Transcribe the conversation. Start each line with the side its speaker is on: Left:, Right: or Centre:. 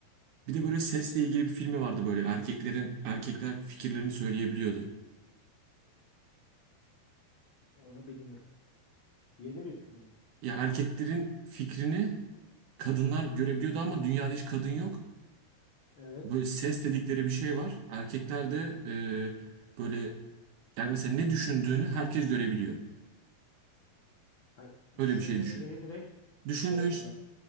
Right: Bir de böyle sesle
Left: Şey
Right: ilgili bir filmi vardı böyle. Erkeklerin, erkekler fikirlerini söyleyebiliyordu.
Left: onu bilmiyorum. Yeni bir film mi?
Right: Ya erkeklerin fikrini kadınlar görebiliyordu ama dünyada hiç kadın yok.
Left: Evet.
Right: Böyle ses dedikleri bir şey var. Erkekler de e, böyle yani mesela ne düşündüğünü herkes görebiliyor.
Left: Ha,
Right: Öyle
Left: düşündüğün
Right: bir şey düşün.
Left: şeyi direkt
Right: Düşündüğün,
Left: şey yapıyorlar.